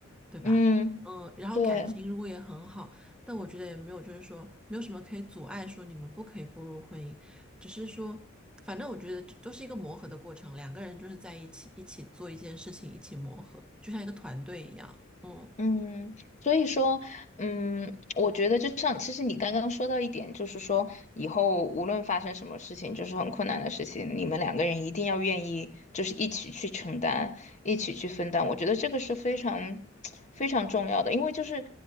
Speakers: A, in the centre; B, on the left.
A: 对吧？
B: 嗯，
A: 嗯，然后感情如果也很好，
B: 对，
A: 但我觉得也没有，就是说没有什么可以阻碍说你们不可以步入婚姻，只是说，反正我觉得这都是一个磨合的过程，两个人就是在一起一起做一件事情，一起磨合，就像一个团队一样。嗯
B: 嗯，所以说，嗯，我觉得就像，其实你刚刚说到一点，就是说以后无论发生什么事情，就是很困难的事情，你们两个人一定要愿意，就是一起去承担，一起去分担。我觉得这个是非常 <tsk> 非常重要的，因为就是